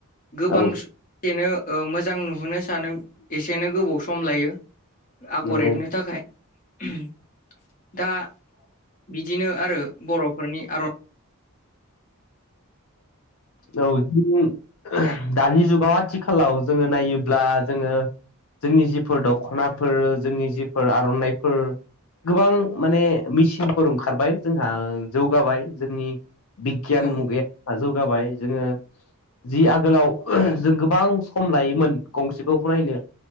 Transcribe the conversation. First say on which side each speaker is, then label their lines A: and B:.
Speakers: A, on the left; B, on the left.
A: गोबां
B: औ
A: सेनो ओ मोजां नुहोनो सानो एसेनो गोबाव सम लायो। आगर
B: नंगौ
A: एरनो
B: औ
A: थाखाय ओम दा बिदिनो आरो बरफ नि आगर
B: <inaudible> औ दानि जुगाव आथिखालाव जोङो नायोब्ला जोङो जोंनि जिफोर दखनाफोर जोंनि जिफोर आर'नाइफोर गोबां माने मेचिनफोर ओंखारबाय जोंहा जौगाबाय जोंनि बि गियान
A: औ
B: मुगाया जौ गाबाय जोङो जि आगोलाव जों गोबां सम लायोमोन गंसेखौ बनायनो